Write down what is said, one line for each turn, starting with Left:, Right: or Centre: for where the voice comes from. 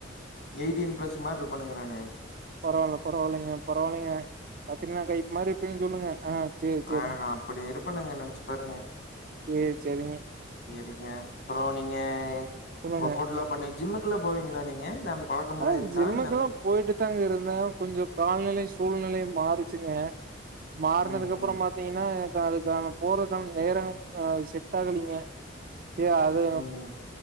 Left: எயிட்டீன் பிளஸ் மாரி இருப்பேனுங்க நானு
Right: பரவாயில்ல பரவாயில்லைங்க பரவாயில்லைங்க கத்தினா கைஃப் மாரி இப்பயு சொல்லுங்க ஆ சேரி சேரிங்க
Left: ஆ நா அப்டி இருப்பேனுங்க நெனச்சு பாருங்க
Right: சேரி சேரிங்க
Left: சேரிங்க அப்றோ நீங்க
Right: சொல்லுங்க
Left: ஒர்க் அவுட் எல்லா பண்ணி ஜிம்முக்கு எல்லா போவீங்ளா நீங்க இல்ல அந்த பழக்கம்லா
Right: ஆ
Left: இருக்கா
Right: ஜிம்முக்கெல்லா
Left: இல்ல அந்த-
Right: போயிட்டு தாங்க இருந்தே கொஞ்சோ கால்நிலை சூழ்நிலையு மாறுச்சுங்க மார்னதுக்கு
Left: ம்
Right: அப்றோ பாத்தீங்கன்னா எனக்கு அதுக்கான போறக்கான நேரம் செட் ஆகலிங்க சேர் அது
Left: ம்